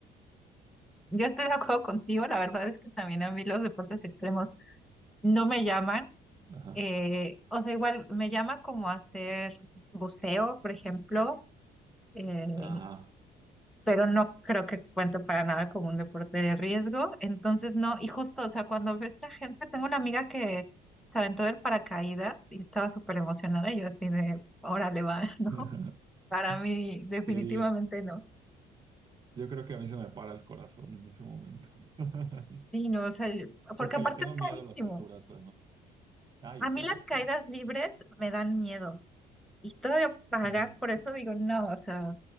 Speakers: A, in the centre; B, on the right.
A: Yo estoy de acuerdo contigo, la verdad es que también a mí los deportes extremos no me llaman,
B: Ajá,
A: eh, o sea, igual me llama como hacer buceo, por ejemplo, eh,
B: ajá.
A: pero no creo que cuente para nada como un deporte de riesgo. Entonces, no, y justo, o sea, cuando ve esta gente, tengo una amiga que se aventó del paracaídas y estaba súper emocionada, y yo así de, órale, va, <laughs> ¿no?
B: <laughs>
A: Para mí, definitivamente
B: Sí,
A: no.
B: yo creo que a mí se me para el corazón en ese momento. <laughs>
A: Sí, no, o sea, yo-
B: Porque
A: porque aparte
B: le tengo
A: es carísimo.
B: miedo a las alturas, además. Ay,
A: A mí
B: caro,
A: las
B: sí.
A: caídas libres me dan miedo. Y todavía pagar
B: Ujú.
A: por eso digo, no, o sea,